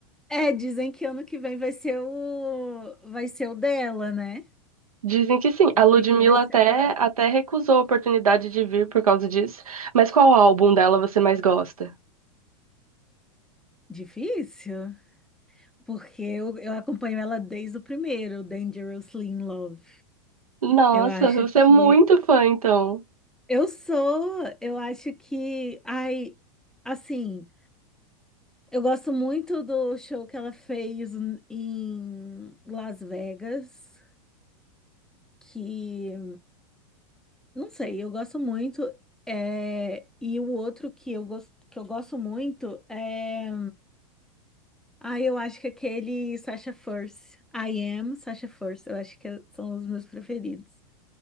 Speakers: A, in the centre; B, on the right.
A: É, dizem que ano que vem vai ser o vai ser o dela, né?
B: Dizem que sim.
A: Dizem
B: A Ludmilla
A: que vai ser
B: até,
A: o dela.
B: até recusou a oportunidade de vir por causa disso. Mas qual álbum dela você mais gosta?
A: Difícil, porque eu, eu acompanho ela desde o primeiro, Dangerously in Love.
B: Nossa,
A: Eu acho
B: você
A: que
B: é muito fã, então.
A: eu sou, eu acho que ai, assim, eu gosto muito do show que ela fez em Las Vegas. que não sei, eu gosto muito. É, e o outro que eu gosto que eu gosto muito é, ah, eu acho que é aquele Sasha Fierce, I Am Sasha Fierce, eu acho que é, são os meus preferidos.